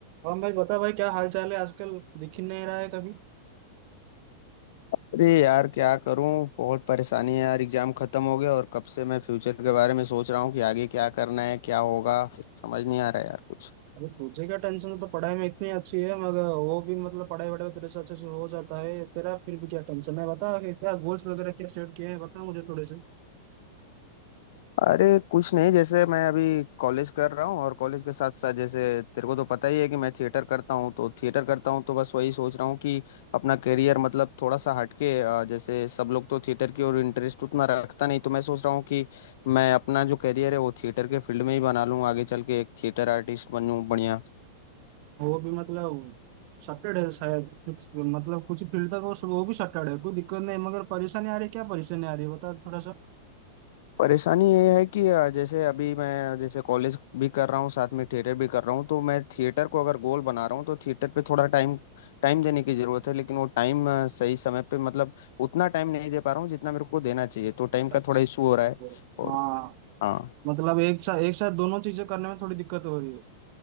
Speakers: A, on the right; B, on the left.
A: हम भाई बता भाई क्या हाल चाल है आजकल दिख ही नहीं रहा है कभी
B: अरे यार क्या करूं बहुत परेशानी है यार एग्जाम खत्म हो गया और कब से मैं फ्यूचर के बारे में सोच रहा हूँ कि आगे क्या करना है क्या होगा समझ नहीं आ रहा है यार कुछ
A: अरे तुझे क्या टेंशन है तो पढ़ाई में इतनी अच्छी है मगर वो भी मतलब पढ़ाई वढ़ाई तेरे से अच्छे से हो जाता है तेरा फिर भी क्या टेंशन है बता कि क्या गोल्स वगैरह क्या सेट किए हैं बता मुझे थोड़े से
B: अरे कुछ नहीं जैसे मैं अभी कॉलेज कर रहा हूँ और कॉलेज के साथ साथ जैसे तेरे को तो पता ही है कि मैं थिएटर करता हूँ तो थिएटर करता हूँ तो बस वही सोच रहा हूँ कि अपना करियर मतलब थोड़ा सा हटके अ, जैसे सब लोग तो थिएटर की ओर इंटरेस्ट उतना रखता नहीं तो मैं सोच रहा हूँ कि मैं अपना जो करियर है वो थिएटर के फील्ड में ही बना लूँ आगे चल के एक थिएटर आर्टिस्ट बनूँ बढ़िया
A: वो भी मतलब सटेड है शायद कुछ- मतलब कुछ फील्ड तक वो वो भी सटेड है कोई दिक्कत नहीं मगर परेशानी आ रही है क्या परेशानी आ रही है बता थोड़ा सा
B: परेशानी ये है कि अ, जैसे अभी मैं जैसे कॉलेज भी कर रहा हूँ साथ में थिएटर भी कर रहा हूँ तो मैं थिएटर को अगर गोल बना रहा हूँ तो थिएटर पे थोड़ा टाइम टाइम देने की ज़रूरत है लेकिन वो टाइम अ, सही समय पे मतलब उतना टाइम नहीं दे पा रहा हूँ जितना मेरे को देना चाहिए तो टाइम का
A: अच्छा
B: थोड़ा इशू हो रहा है और
A: हाँ
B: हाँ
A: मतलब एक साथ एक साथ दोनों चीजें करने में थोड़ी दिक्कत हो रही है